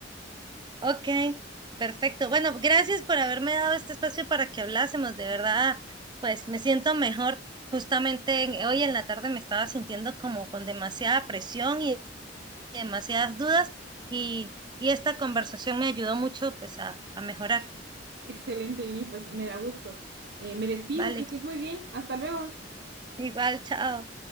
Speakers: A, on the right; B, on the right.
A: Ok, perfecto. Bueno, gracias por haberme dado este espacio para que hablásemos. De verdad, pues me siento mejor. Justamente en- hoy en la tarde me estaba sintiendo como con demasiada presión y demasiadas dudas y, y esta conversación me ayudó mucho pues a, a mejorar.
B: Excelente, Diony, pues me da gusto. Eh, me despido,
A: Vale,
B: que estés muy bien. Hasta luego.
A: igual, chao.